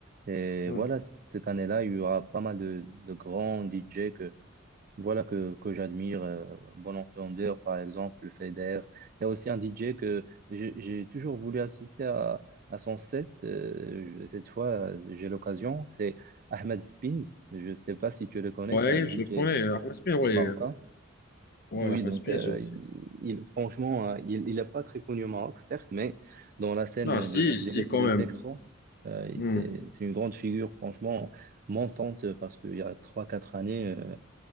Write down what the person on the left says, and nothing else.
hmm,
ouais,
je le connais, Ahmed Smith, ouais,
ouais,
Ahmed
Smith,
ouais.
Non, si,
si,
quand
même.
Hmm.